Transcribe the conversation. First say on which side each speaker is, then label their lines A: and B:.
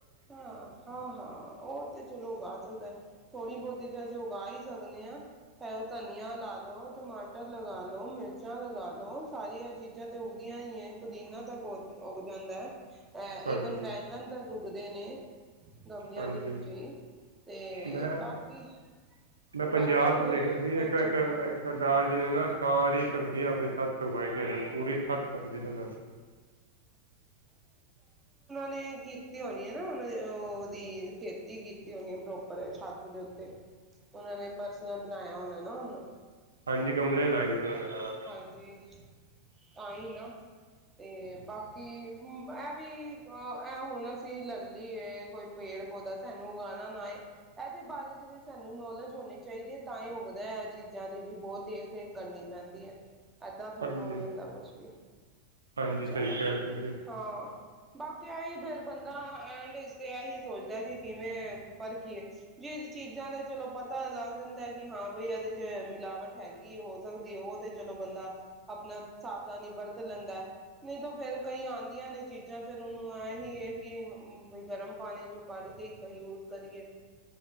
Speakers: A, on the right; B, on the right.
A: ਹਾਂ-ਹਾਂ-ਹਾਂ ਉਹ ਤੇ ਚਲੋ ਉਗਾ ਸਕਦਾ, ਥੋੜ੍ਹੀ ਬਹੁਤੀ ਤਾਂ ਅਸੀਂ ਉਗਾ ਹੀ ਸਕਦੇ ਹਾਂ। ਚਾਹੇ ਉਹ ਧਨੀਆ ਲਾ ਲਓ, ਟਮਾਟਰ ਲਗਾ ਲੋ, ਮਿਰਚਾਂ ਲਗਾ ਲਓ, ਸਾਰੀਆਂ ਚੀਜ਼ਾਂ ਤੇ ਉਗਦੀਆਂ ਹੀ ਹੈ ਪੁਦੀਨਾ ਤੱਕ ਉ ਉਗ ਜਾਂਦਾ ਹੈ। ਅ
B: ਹਾਂਜੀ
A: ਈਵਨ ਬੈਂਗਨ ਤੱਕ ਉਗਦੇ ਨੇ ਗਮਲਿਆਂ
B: ਹਾਂਜੀ
A: ਦੇ ਵਿੱਚ ਹੀ, ਤੇ
B: ਮੈਂ
A: ਬਾਕੀ
B: ਮੈਂ ਪੰਜਾਬ
A: ਬਾਕੀ ਅਗਰ
B: ਚ ਦੇਖਿਆ ਸੀ ਇੱਕ-ਇੱਕ,
A: ਅੱਛਾ
B: ਇਕ ਸਰਦਾਰ ਜੀ ਨੇ ਨਾ ਸਾਰੀ ਸਬਜ਼ੀਆਂ ਆਪਣੀ ਛੱਤ ਤੇ ਉਗਾਈ ਦੀਆਂ ਸਨ, ਪੂਰੀ ਛੱਤ ਭਰਤੀ ਸੀ ਉਹ ਨੇ
A: ਤੇ ਕੀਤੀ ਹੋਣੀ ਹੈ ਨਾ ਉਹ ਉਹਦੀ ਖੇਤੀ ਕੀਤੀ ਹੋਣੀ ਹੈ ਪ੍ਰੋਪਰ ਛੱਤ ਦੇ ਉੱਤੇ, ਉਹਨਾਂ ਨੇ ਪਰਸਨਲ ਬਣਾਇਆ ਹੋਣਾ ਨਾ ਉਹਨਾਂ
B: ਹਾਂਜੀ, ਗਮਲੇ ਹੀ ਲਾਏ ਸੀ ਉਹਨਾਂ ਨੇ ਸਾਰਾ ਕੁਛ
A: ਹਾਂਜੀ, ਤਾਂ ਹੀ ਨਾ। ਤੇ ਬਾਕੀ ਇਹ ਵੀ ਅਹ ਇਹ ਹੁਣ ਅਸੀਂ ਲੈ ਲਈਏ ਕੋਈ ਪੇੜ-ਪੌਦਾ ਸਾਨੂੰ ਉਗਾਉਣਾ ਨਾ ਏ, ਇਹਦੇ ਬਾਰੇ ਚ ਵੀ ਸਾਨੂੰ ਨੌਲੇਜ ਹੋਣੀ ਚਾਹੀਦੀ ਹੈ ਤਾਂ ਹੀ ਉਗਦਾ ਹੈ ਇਹ ਚੀਜ਼ਾਂ ਦੀ ਵੀ ਬਹੁਤ ਦੇਖ ਰੇਖ ਕਰਨੀ ਪੈਂਦੀ ਹੈ। ਏਦਾਂ ਥੋੜ੍ਹਾ
B: ਹਾਂਜੀ
A: ਹੋ ਜਾਂਦਾ ਕੁਛ ਵੀ
B: ਹਾਂਜੀ
A: ਚਲੋ,
B: ਸਹੀ ਕਹਿ ਰਹੇ ਤੁਸੀਂ
A: ਹਾਂ ਬਾਕੀ ਆਹੀ ਫਿਰ ਬੰਦਾ ਐਂਡ ਇਸ ਤੇ ਇਹੀ ਸੋਚਦਾ ਹੈ ਵੀ ਕਿਵੇਂ ਪਰਖੀਏ ਜਿਸ ਚੀਜ਼ਾਂ ਦਾ ਚਲੋ ਪਤਾ ਲੱਗ ਜਾਂਦਾ ਹੈ ਕਿ ਹਾਂ ਬਈ ਇਹਦੇ ਚ ਮਿਲਾਵਟ ਹੈਗੀ ਹੈ, ਹੋ ਸਕਦੀ ਉਹਦੀ ਏ। ਚਲੋ ਬੰਦਾ ਆਪਣਾ ਸਾਵਧਾਨੀ ਵਰਤ ਲੈਂਦਾ ਹੈ, ਨਹੀਂ ਤਾਂ ਫੇਰ ਕਈ ਆਦੀਆਂ ਨੇ ਕਈ ਚੀਜ਼ਾਂ ਫਿਰ ਉਹਨੂੰ ਐ ਹੀ ਹੈ ਕਿ ਗਰਮ ਪਾਣੀ ਚੋਂ ਕੱਢ ਕੇ ਯੂਜ ਕਰੀਏ।